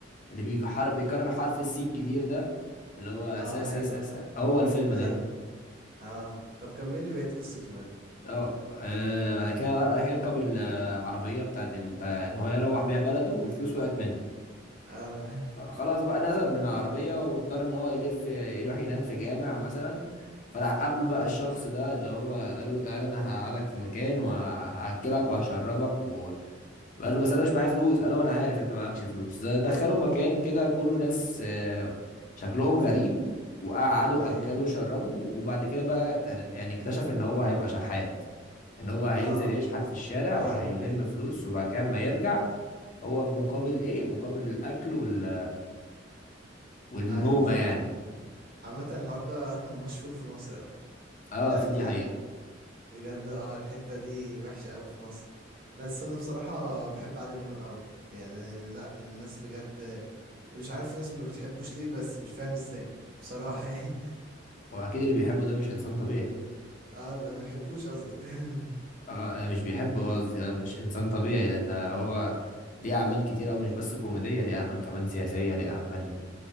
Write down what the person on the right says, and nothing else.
اه
أيوه
أيوه
اه طب كمل لي بقية قصته بقى
اه
<laughs> أيوه
أيوه
اه
أيوه
أيوه
أيوه فاهم
عامة الحوار ده <laughs> مشهور في مصر أوي
يعني
بجد اه الحتة دي وحشة قوي في مصر بس انا بصراحة بحب عادل امام قوي يعني من لا من الناس بجد مش عارف في ناس ما بتحبوش ليه بس مش فاهم ازاي بصراحة <laughs> يعني
اه لا، ما بيحبوش قصدك <laughs>